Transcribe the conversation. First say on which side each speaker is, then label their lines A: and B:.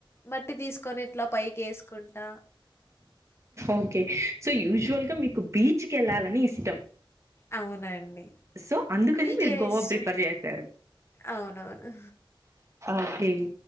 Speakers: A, on the left; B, on the right.
A: మట్టి తీసుకొని ఇట్లా పైకి వేసుకుంటా
B: ఓకే సో యూజువల్ గా మీకు బీచ్ కి వెళ్ళాలని ఇష్టం,
A: అవునండి
B: సో అందుకని
A: మీకేం
B: మీరు గోవా
A: ఇష్టం
B: ప్రిపేర్ చేశారు.
A: అవునవును
B: ఓకే